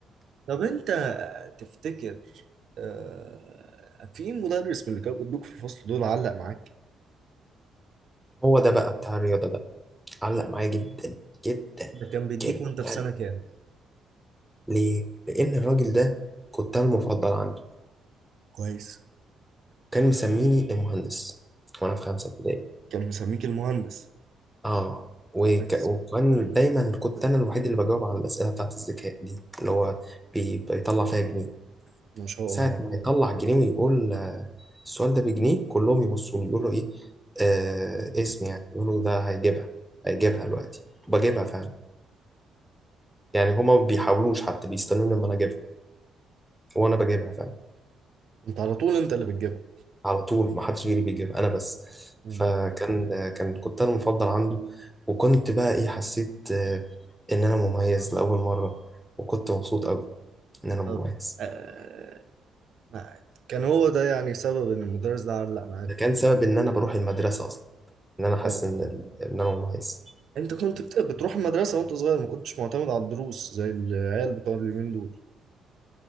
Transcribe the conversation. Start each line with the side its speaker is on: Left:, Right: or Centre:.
Right: طب أنت تفتكر آه، في مدرس من اللي كانوا بيدوك في الفصل دول علق معاك
Centre: هو ده بقى بتاع الرياضة ده علق معايا جدا جدا
Right: ده كان بيديك
Centre: جدا
Right: وأنت في
Centre: يعني
Right: سنة كام
Centre: ليه؟ لأن الراجل ده كنت أنا المفضل عنده
Right: كويس
Centre: كان مسميني المهندس وأنا في خمسة ابتدائي
Right: كان مسميك المهندس
Centre: آه وك...
Right: كويس
Centre: وكان دايما كنت أنا الوحيد اللي بجاوب على الأسئلة بتاعت الذكاء دي اللي هو بي... بيطلع فيها جنيه
Right: ما شاء
Centre: ساعة
Right: الله
Centre: ما يطلع جنيه ويقول آه، السؤال ده بجنيه كلهم يبصوا لي يقولوا إيه آه اسم يعني يقولوا ده هيجيبها هيجيبها دلوقتي بجيبها فعلا يعني هما ما بيحاولوش حتى بيستنوني لما أنا أجيبها وأنا بجيبها فعلا
Right: كنت على طول انت اللي بتجيبها
Centre: على طول ما حدش غيري بيجيبها أنا بس
Right: مم.
Centre: فكان آه، كان كنت أنا المفضل عنده وكنت بقى إيه حسيت آه إن أنا مميز لأول مرة وكنت مبسوط أوي إن أنا مميز
Right: طب آه ما كان هو ده يعني سبب ان المدرس ده علق معاك
Centre: ده
Right: في
Centre: كان
Right: التشكيل.
Centre: سبب إن أنا بروح المدرسة أصلا إن أنا حاسس
Right: اه
Centre: إن إن أنا مميز
Right: انت كنت بت- بتروح المدرسة وانت صغير ما كنتش معتمد على الدروس زي العيال بتوع اليومين دول